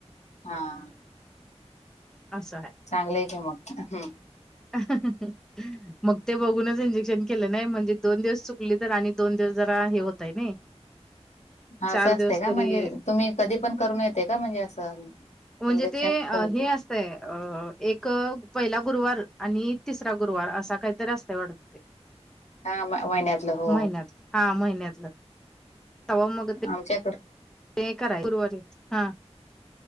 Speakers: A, on the left; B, in the centre.
A: हा.
B: असं आहे.
A: चांगलय की मग हम.
B: <unintelligible> मग ते बघूनच इंजेक्शन केलं नाही म्हणजे दोन दिवस चुकली तर आणि दोन दिवस जरा हे होतय नाही. <inaudible>
A: हा
B: चार
A: असं
B: दिवस
A: असते का
B: तरी
A: म्हणजे तुम्ही कधी पण करून येते का म्हणजे असं.
B: म्हणजे
A: इंजेक्शन
B: ते
A: तुमची.
B: हे अ एक पहिला गुरुवार आणि तिसरा गुरुवार असा काहीतरी असतय वाटतय.
A: हा म- महिन्यातलं हो.
B: महिन्यात हा महिन्यातलं तवा मग ते
A: आमच्याकड
B: ते कराय गुरुवारी हा!